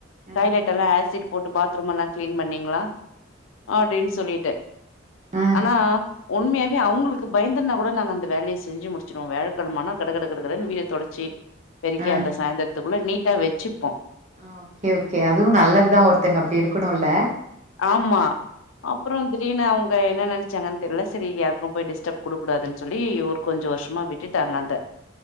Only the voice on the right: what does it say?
ஆ
ஆ
ஆ
ஆ ஓக்கே ஓக்கே அதுவு நல்லத்தா ஒருத்தங்க அப்டி இருக்குணுல்ல